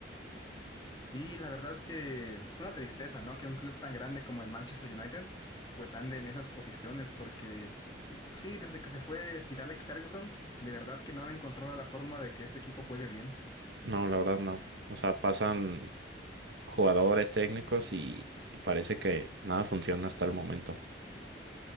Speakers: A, on the left; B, on the right.
A: Sí, la verdad que es una tristeza, ¿no? Que un club tan grande como el Manchester United, pues ande en esas posiciones, porque pues sí, desde que se fue Sir Alex Ferguson, de verdad que no han encontrado la forma de que este equipo juegue bien.
B: No, la verdad no. O sea, pasan jugadores técnicos y, y parece que nada funciona hasta el momento.